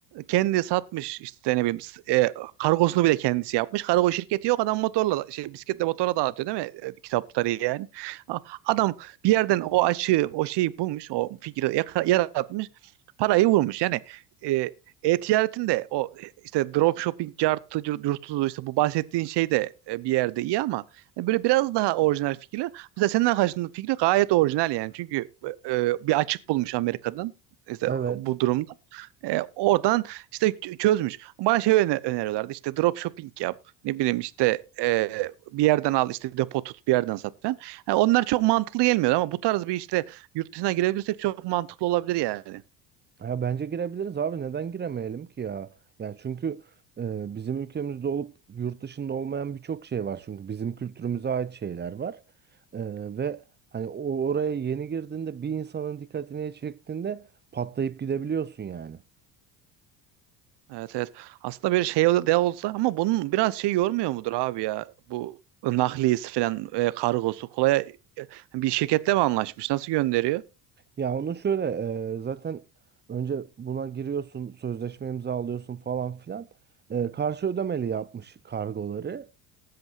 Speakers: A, on the right; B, on the right.
A: Kendi satmış işte ne bileyim s- e, kargosunu bile kendisi yapmış. Kargo şirketi yok adam motorla şey bisikletle motora dağıtıyor değil mi e, kitapları yani. A- Adam bir yerden o açığı o şeyi bulmuş o fikri yaka- yaratmış parayı vurmuş. Yani e, e-ticaretin de o işte dropshipping cartı yurtudu işte bu bahsettiğin şey de e, bir yerde iyi ama hani böyle biraz daha orijinal fikirler. Mesela senden karşındaki fikri gayet orijinal yani. Çünkü e, bir açık bulmuş Amerika'dan işte
B: Evet.
A: bu durumda. E, oradan işte ç- çözmüş. Bana şey öne- öneriyorlardı işte dropshipping yap. Ne bileyim işte e, bir yerden al işte depo tut bir yerden sat falan. Yani onlar çok mantıklı gelmiyordu ama bu tarz bir işte yurt dışına girebilirsek çok mantıklı olabilir yani.
B: Ya bence girebiliriz abi neden giremeyelim ki ya? Yani çünkü e, bizim ülkemizde olup yurt dışında olmayan birçok şey var. Çünkü bizim kültürümüze ait şeyler var. E, ve hani o oraya yeni girdiğinde bir insanın dikkatini çektiğinde patlayıp gidebiliyorsun yani.
A: Evet evet. Aslında bir şey ol- de olsa ama bunun biraz şey yormuyor mudur abi ya? Bu nakliyesi falan e, kargosu kolay bir şirketle mi anlaşmış? Nasıl gönderiyor?
B: Ya onu şöyle e, zaten önce buna giriyorsun, sözleşme imzalıyorsun falan filan. E, karşı ödemeli yapmış kargoları.